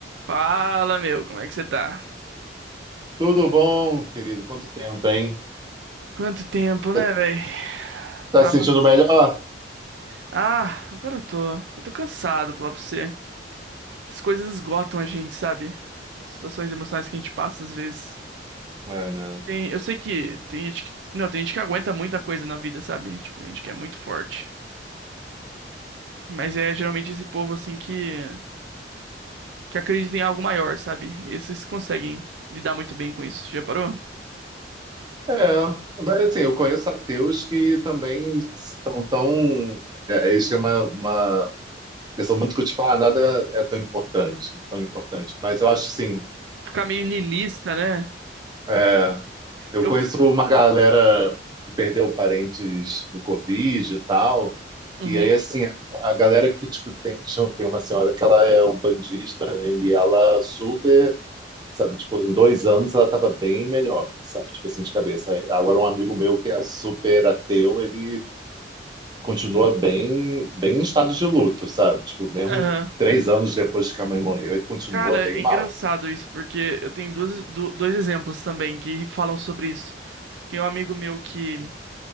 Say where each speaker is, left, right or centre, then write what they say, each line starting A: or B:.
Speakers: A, on the right; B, on the right.
A: Fala, meu, como é que você tá?
B: Tudo bom, querido? Quanto tempo, hein?
A: Quanto tempo,
B: Tá,
A: né, velho?
B: tá
A: Tava.
B: se sentindo melhor?
A: Ah, agora eu tô. Eu tô cansado, falar pra você. Essas coisas esgotam a gente, sabe? Situações emocionais que a gente passa às vezes.
B: É, não.
A: Tem... Eu sei que tem gente que. Não, tem gente que aguenta muita coisa na vida, sabe? Tipo, tem gente que é muito forte. Mas é geralmente esse povo, assim, que. que acredita em algo maior, sabe? Esses conseguem lidar muito bem com isso. Já parou?
B: É, mas assim, eu conheço ateus que também estão tão. É, eles têm uma, uma questão muito que, tipo, ah, nada é tão importante, tão importante. Mas eu acho, que sim,
A: Ficar meio niilista, né?
B: é, é, Eu
A: Eu.
B: conheço uma galera que perdeu parentes do Covid e tal.
A: Uhum.
B: E aí, assim, a, a galera que, tipo, tem, tinha- tem uma senhora que ela é umbandista, né? E ela super, sabe, tipo, em dois anos ela tava bem melhor, sabe? Tipo assim, de cabeça. Agora, um amigo meu que é super ateu, ele continua bem, bem em estado de luto, sabe? Tipo, mesmo
A: Aham.
B: três anos depois que a mãe morreu, ele continua
A: Cara,
B: bem
A: é engraçado
B: mal.
A: isso, porque eu tenho duas, du- dois exemplos também que falam sobre isso. Tem um amigo meu que